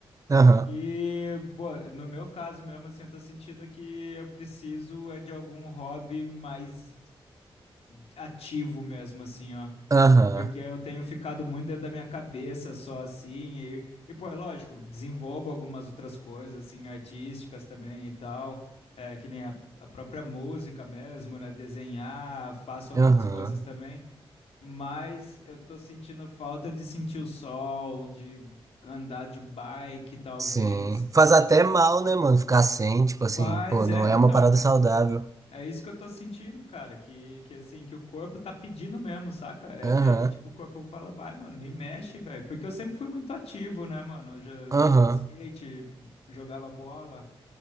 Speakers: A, on the right; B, on the left.
A: Aham,
B: É que, pô, no meu caso mesmo, assim, eu tô sentindo que eu preciso é de algum hobby mais ativo mesmo, assim, ó.
A: aham,
B: Porque eu tenho ficado muito dentro da minha cabeça só assim, e, e pô, é lógico, desenvolvo algumas outras coisas, assim, artísticas também e tal, é, que nem a, a própria música mesmo, né? Desenhar, faço algumas
A: aham.
B: coisas também, mas eu tô sentindo falta de sentir o sol, de andar de bike, talvez.
A: Sim. Faz até mal, né, mano? Ficar sem, tipo
B: Faz,
A: assim, pô,
B: é,
A: não é
B: então.
A: uma parada saudável.
B: É isso que eu tô sentindo, cara, que, que assim, que o corpo tá pedindo mesmo, saca? É
A: Aham,
B: meio que tipo, o corpo fala, vai, mano, me mexe, velho. Porque eu sempre fui muito ativo, né, mano? Eu já andava
A: aham.
B: de skate, jogava bola,